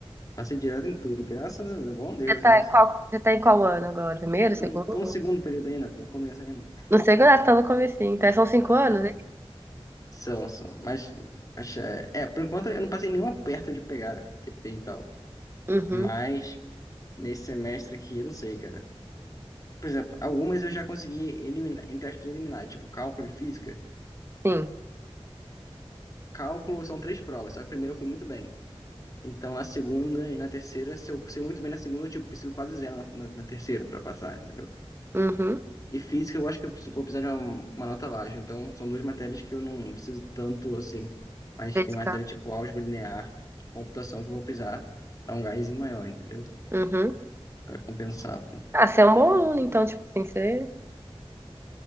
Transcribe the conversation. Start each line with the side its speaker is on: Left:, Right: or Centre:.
Left: Passei direto em tudo, graças a Deus, bom Deus,
Right: tá
Left: né?
Right: em qual, você tá em qual ano agora? Primeiro, segundo?
Left: Tô no, tô no segundo período ainda, tô no começo ainda.
Right: No segundo, ah, você tá no comecinho. Então, são cinco anos,
Left: É,
Right: hein?
Left: são, são. Mas, mas é, é, por enquanto eu não passei nenhum aperto de pegar TP e tal.
Right: Uhum,
Left: Mas nesse semestre aqui, eu não sei, cara. Por exemplo, algumas eu já consegui eliminar, entre aspas, eliminar. Tipo, cálculo e física.
Right: sim.
Left: Cálculo são três provas, só que a primeira eu fui muito bem. Então, na segunda e na terceira, se eu sei muito bem na segunda, eu tipo, preciso quase zero na, na, na terceira pra passar, entendeu?
Right: Uhum.
Left: E física, eu acho que eu preciso- vou precisar de uma, uma nota baixa. Então, são duas matérias que eu não preciso tanto assim. Mas
Right: Dedicar.
Left: tem matéria tipo álgebra linear, computação, que eu vou precisar dar um gásinho maior, entendeu?
Right: Uhum.
Left: Para compensar. pô.
Right: Ah, você é um bom aluno, então, tipo assim, você